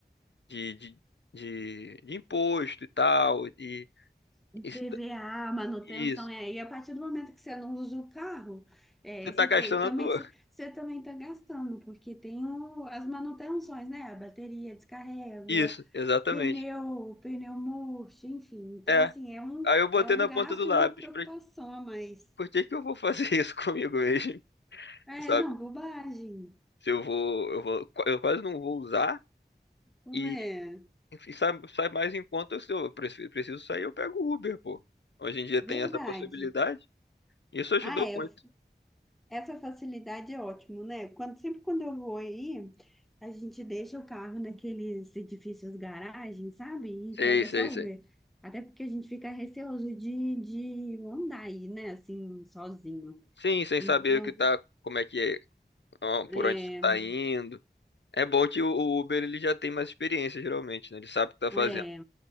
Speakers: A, on the left; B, in the centre.
A: de, de, de, de imposto e tal, e,
B: Um
A: e
B: PVA,
A: se-
B: manutenção,
A: isso.
B: é, e a partir do momento que você não usa o carro, é,
A: Você tá
B: você
A: gastando
B: tem, também,
A: à toa.
B: você você também está gastando, porque tem o- as manutenções, né? A bateria descarrega,
A: Isso, exatamente.
B: pneu, pneu murcho, enfim. Então,
A: É.
B: assim, é um,
A: Aí eu botei
B: é um
A: na
B: gasto
A: ponta do lápis.
B: e uma preocupação
A: Pra,
B: a mais.
A: por que que eu vou fazer <laughs> isso comigo mesmo?
B: É,
A: Sabe?
B: não, bobagem,
A: Se eu vou, eu vou, eu quase não vou usar.
B: não
A: E,
B: é?
A: e sai, sai mais em conta se eu preciso, preciso sair, eu pego o Uber, pô. Hoje em dia tem
B: Verdade.
A: essa possibilidade. Isso ajudou
B: Ah, é.
A: muito.
B: Essa facilidade é ótimo, né? Quando, sempre quando eu vou aí, a gente deixa o carro naqueles edifícios garagem, sabe?
A: Sei,
B: E pega
A: sei,
B: só
A: sei.
B: Uber. Até porque a gente fica receoso de, de andar aí, né? Assim, sozinho.
A: Sim, sem
B: Então,
A: saber o que tá, como é que é, ó, por
B: é,
A: onde você tá indo. É bom que o o Uber ele já tem mais experiência, geralmente, né? Ele sabe o que tá fazendo.
B: é.